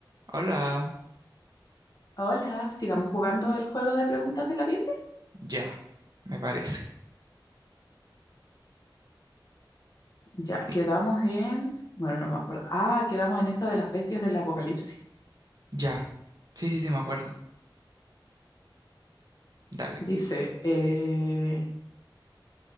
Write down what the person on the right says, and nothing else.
Hola,
ya, me parece.
Sí,
ya. Sí, sí, sí, me acuerdo. Dale.